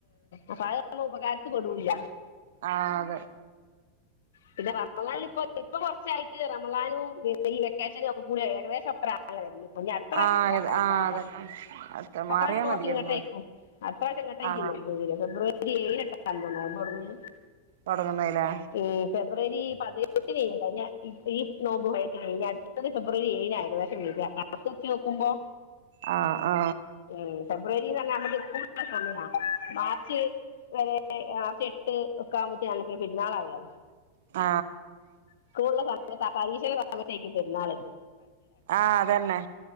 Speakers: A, on the left; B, on the right.
A: അപ്പ അത് ഒന്നും ഉപകാരത്തിൽ പെടൂല്ല
B: ആ അതെ
A: പിന്നെ പറഞ്ഞ <inaudible> ഇപ്പ ഇപ്പൊ കൊറച്ചായി അല്ല റമലാനും ഈ വെക്കേഷനും ഒക്കെ കൂടെ ഏകദേശം <inaudible> ആണേല്ലേ വര്ല്ല് ഇല്ല അത്ര പ്രാവശ്യം
B: ആ
A: ഒന്നുണ്ടാവണ്ടാവില്ല
B: ആ അതന്നെ
A: അത്ര
B: മാറിയാ
A: പ്രാവശ്യം കൊറച്ച്
B: മതിയായിരുന്നു
A: ഇങ്ങോട്ടാ യിരിക്കും അടുത്ത പ്രാവശ്യം ഇങ്ങട്ടായിരിക്കും
B: ആ
A: നോമ്പ് വര് ആ ഫെബ്രുവരി ഏഴോ എട്ടോ നോമ്പ് തുടങ്ങുന്നേ
B: തോടങ്ങുന്നത് ലേ
A: ഉംകൊ ഫെബ്രുവരി പതിനെട്ട് കഴിഞ്ഞ ഈ ഈ നോമ്പു <unintelligible> ഇനി അടുത്തത് ഫെബ്രുവരി ഏഴിനായിരുക്കും വര്യാ കണക്ക് വെച്ച് നോക്കുമ്പോ
B: ആ ആ
A: ഏ ഫെബ്രുവരിന്ന് തന്നെ നമ്മക്ക് സമയ മാർച്ച് വരെ മാർച്ച് എട്ട് ഒക്കെ ആവുമ്പോത്തിന് പെരുന്നാളാവേ
B: ആ
A: സ്കൂളോള്ള സമയത്ത് ആ പരീക്ഷയുടെ സമത്തേക്കായിരിക്കും പെരുന്നാള്
B: ആ അതന്നെ